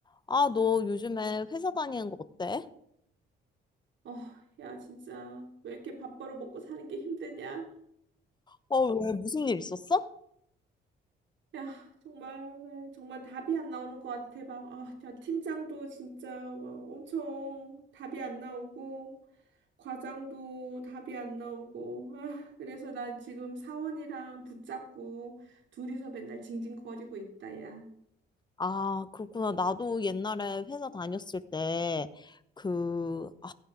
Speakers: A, on the left; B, on the right.
A: 아, 너 요즘에 회사 다니는 거 어때?
B: 어, 야, 진짜, 왜 이렇게 밥벌어 먹고 사는 게 힘드냐?
A: 어, 왜 무슨 일 있었어?
B: 야, 정말, 나 정말 답이 안 나오는 것 같아. 막, 아, 야, 팀장도 진짜 막 엄청 답이 안 나오고, 과장도 답이 안 나오고, 아, 그래서 나 지금 사원이랑 붙잡고, 둘이서 맨날 징징거리고 있다, 야.
A: 아, 그렇구나. 나도 옛날에 회사 다녔을 때, 그, 아,